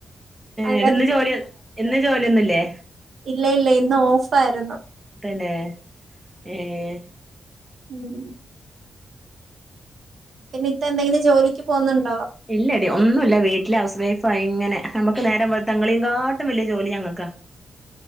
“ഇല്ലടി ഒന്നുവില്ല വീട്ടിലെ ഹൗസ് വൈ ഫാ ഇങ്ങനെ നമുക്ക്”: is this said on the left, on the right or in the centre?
Centre